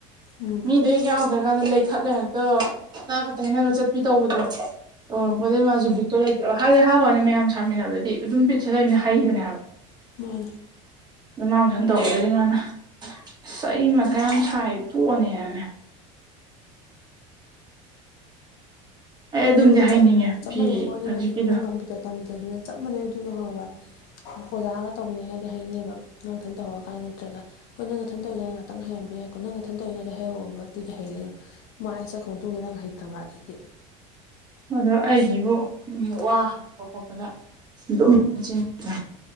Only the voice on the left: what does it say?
ꯎꯝ
ꯎꯝ
ꯃꯥꯟꯅꯤ
ꯑꯗꯨꯗꯤ
ꯆꯞ ꯆꯞ
ꯃꯥꯟꯅꯩꯀꯣ ꯑꯗꯨꯅꯦ
ꯑꯗꯨ ꯀꯝꯄ꯭ꯌꯨꯇꯔ ꯇꯝꯕꯗꯁꯨꯅꯦ ꯆꯞ ꯃꯥꯟꯅꯩ ꯑꯗꯨꯗꯣ ꯈꯪꯉꯕ ꯑꯣꯖꯥꯒ ꯇꯧꯃꯤꯟꯅꯩꯉꯩꯗꯤ ꯍꯩꯅꯦꯕ ꯅꯪꯊꯟ ꯇꯍꯧꯔꯀꯥꯟꯗ ꯅꯠꯇ꯭ꯔꯒ ꯍꯣꯏ ꯅꯪ ꯅꯊꯟ ꯇꯧꯔꯤꯉꯩ ꯉꯥꯛꯇꯪ ꯍꯩꯔꯝꯕ ꯌꯥꯏꯀꯣ ꯅꯪ ꯅꯊꯟ ꯇꯔꯤꯉꯩꯗ ꯍꯩꯍꯧꯔꯕ ꯑꯗꯨꯗꯤ ꯍꯩꯔꯦ ꯑꯗꯨꯝ ꯃꯥꯏ ꯍꯦꯛ ꯆꯠꯈ꯭ꯔ ꯃꯇꯨꯡꯗ ꯅꯪ ꯍꯩꯇ꯭ꯔꯕ ꯑꯗꯒꯤ